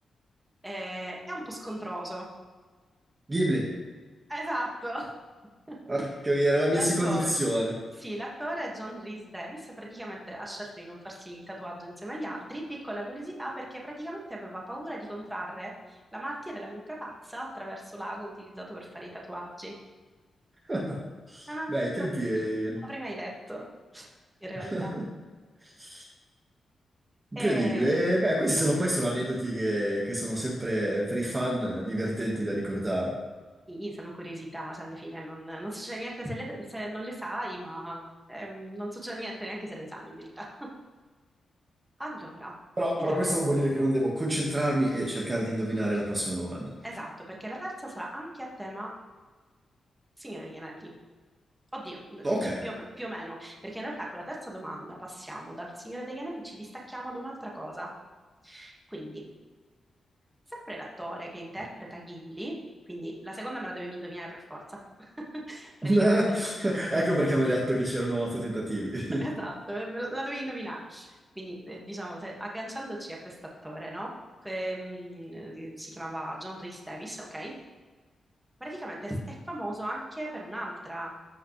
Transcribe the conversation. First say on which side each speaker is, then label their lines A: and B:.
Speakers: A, on the right; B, on the right.
A: Eh, è un po' scontroso.
B: Ghibli.
A: Esatto. <laughs>
B: Porca miseria, era la
A: L'attore.
B: mia seconda opzione.
A: Sì, l'attore John Rhys Davis praticamente ha scelto di non farsi il tatuaggio insieme agli altri. Piccola curiosità perché praticamente aveva paura di contrarre la malattia della mucca pazza attraverso l'ago utilizzato per fare i tatuaggi.
B: <laughs>
A: Ah, no,
B: Beh, i tempi...
A: Non
B: eh,
A: l'avrei mai detto, in realtà.
B: <laughs> Incredibile.
A: E
B: E, beh, questi sono poi sono aneddoti che, che sono sempre per i fan divertenti da ricordare.
A: Sì, sono curiosità, cioè alla fine non, non succede niente se, le- se non le sai, ma eh, non succede niente neanche se le sai in verità. <laughs> Allora,
B: Però,
A: vediamo.
B: però questo non vuol dire che non devo concentrarmi e cercare di indovinare la prossima domanda.
A: Esatto, perché la terza sarà anche a tema Signore degli Anelli. Oddio, n-
B: Ok.
A: più o, me- più o meno, perché in realtà con la terza domanda passiamo dal Signore degli Anelli, ci distacchiamo ad un'altra cosa. Quindi, sempre l'attore che interpreta Gimli, quindi la seconda me la dovevi indovinare per forza, <laughs> praticamente.
B: <laughs> Ecco perché mi hai detto che c'erano otto tentativi. <laughs>
A: <laughs> Esatto, eh, me lo- la devi indovinare. Quindi, eh, diciamo, se- agganciandoci a quest'attore, no? Che, mm, eh, si chiamava John Rhys Davis, ok? Praticamente s- è famoso anche per un'altra